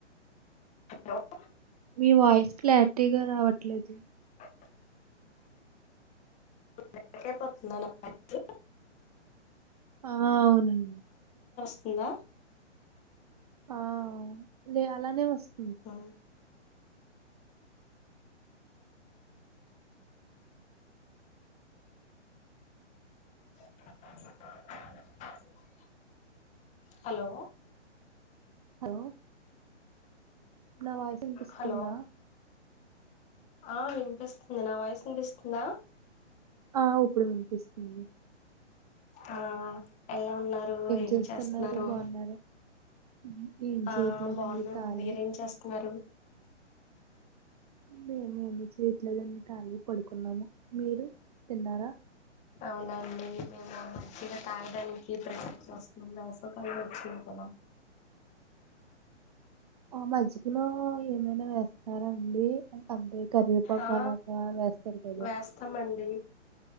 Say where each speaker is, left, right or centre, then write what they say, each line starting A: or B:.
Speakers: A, on the left; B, on the right.
A: హలో
B: మీ వాయిస్ క్లారిటీగ రావట్లేదు.
A: <inaudible> బ్రేక్ అయిపోతుంద నా వాయిసు.
B: ఆ అవునం
A: ఇంద
B: ఆ లే అలానే వస్త్
A: ఆ <inaudible> హలో
B: హలొ నా వాయిస్ ఇనిపిస్తుందా?
A: హలో ఆ వినిపిస్తుంది నా వాయిస్ ఇనిపిస్తుందా?
B: ఆ ఉప్పుడు వినిపిస్తుంది.
A: ఆ ఎల ఉన్నారు ఏం
B: చేస్తున్నారు
A: చేస్తన్నారు?
B: బాగున్నారా ఉహు, ఏం
A: ఆ
B: చేయట్లేదండి
A: బావున్నం
B: ఖాళీ
A: మీరేం చేస్తన్నారు?
B: మేమేమి చేయట్లేదండి కాళీగ పడుకున్నాము మీరు తిన్నార?
A: అవునండి మేము మజ్జిగ తాగడానికి ప్రిపేర్ చేస్తున్నం వేసవికాలం ఓచ్చి హలొ
B: ఆ మజ్జిగలో ఏమైనా వేస్తారా అండి అంటే కరివేపాకు
A: ఆ
B: అలాగా వేస్తారు కదా
A: వేస్తాంమండి.